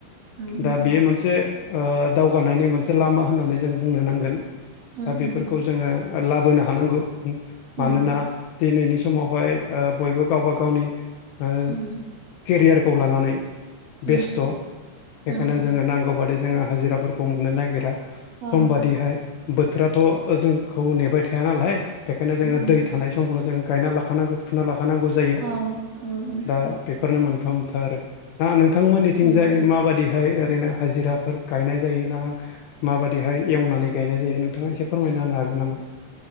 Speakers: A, on the right (about 45°); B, on the left (about 80°).
A: उम उम
B: दा बेयो मोनसे दावगानायनि मोनसे लामा होननानै जों बुंनो नांगोन
A: उम
B: दा बेफोरखौ
A: उम
B: जोङो लाबोनो हानांगौ
A: उम
B: मानोना दिनैनि समावहाय बयबो गावबा गावनि ओ
A: उम
B: केरियारखौ लानानै
A: उम
B: बेस्थ'
A: उम
B: बेखायनो जोङो नांगौ बादि जोङो हाजिराफोरखौ मोननो नागिरा
A: अ उम
B: समबादिहाय बोथोराथ' जोंखौ नेबाय थाया नालाय बेखायनो जोङो
A: उम
B: दै थानाय समखौनो जों गायना लाखानांगौ फुना लाखानांगौ जायो
A: औ उम उम
B: दा बेफोरनो मोनफा मोनफा आरो दा नोंथांमोननिथिंजाय
A: उम
B: माबादिहाय ओरैनो हाजिराफोर गायनाय जायो ना माबादिहाय एवनानै गायनाय जायो नोंथाङा एसे फोरमायना होनो हागोन नामा?